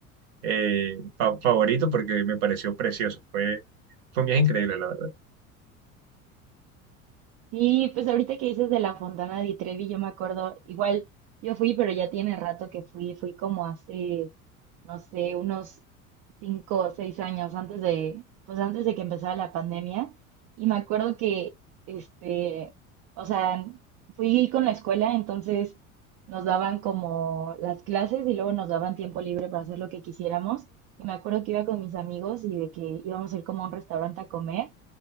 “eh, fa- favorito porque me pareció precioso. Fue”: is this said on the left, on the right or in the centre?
Right